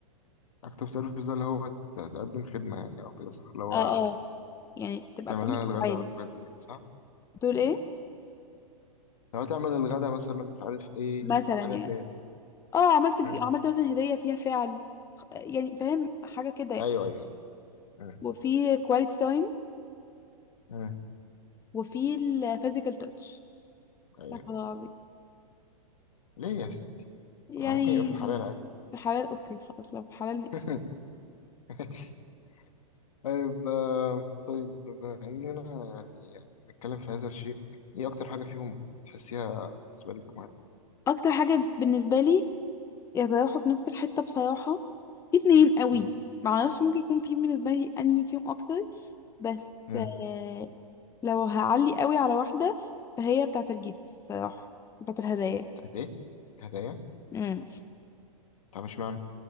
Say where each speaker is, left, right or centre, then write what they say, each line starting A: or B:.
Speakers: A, on the left; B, on the left.
A: اكتف سيرفيس ده اللي هو ت- تقدم خدمة يعني او كده صح؟ اللي هو
B: اه اه يعني تبقى
A: تعملها
B: بتعمل
A: الغدا
B: افعال
A: والحاجات دي يعني صح؟
B: دول
A: مم.
B: ايه
A: لو تعمل الغدا مثلا مش عارف ايه
B: مثلا
A: الحاجات
B: يعني
A: ديت يعني
B: اه عملت
A: مم.
B: عملت مثلا هدية فيها فعل يعني فاهم حاجة كده يعني
A: ايوه ايوه ايوه مم.
B: وفي quality time
A: مم.
B: وفي الفيزيكال تاتش
A: ايوه
B: استغفر الله العظيم
A: ليه يا
B: يعني
A: آه، ممكن يبقى في الحلال عادي
B: حلال اوكي خلاص لو في حلال ماشي
A: <laughs> ماشي. طيب آه، طيب بما إننا يعني بنتكلم في هذا الشيء إيه أكتر حاجة فيهم تحسيها بالنسبة لك مهمة؟
B: اكتر حاجه بالنسبه لي يتراوحوا في نفس الحته بصراحه في اتنين قوي
A: مم.
B: معرفش ممكن يكون في بالنسبه لي انهي فيهم اكتر بس
A: مم.
B: آه، لو هعلي قوي على واحده فهي بتاعه الجيفتس بصراحه بتاعه الهدايا
A: بتاعت إيه؟ الهدايا؟
B: امم
A: طب اشمعنى؟